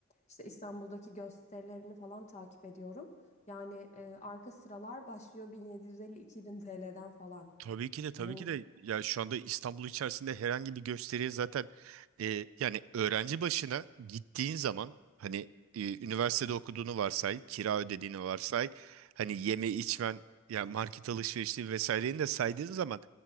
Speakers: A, on the left; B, on the right.
A: İşte İstanbul'daki gösterilerini falan takip ediyorum. Yani e, arka sıralar başlıyor 1750-2000 TL'den falan.
B: Tabii ki de tabii
A: Yani
B: ki de ya şu anda İstanbul içerisinde herhangi bir gösteriye zaten e, yani öğrenci başına gittiğin zaman hani e, üniversitede okuduğunu varsay, kira ödediğini varsay, hani yeme içmen yani market alışverişi vesaireni de saydığın zaman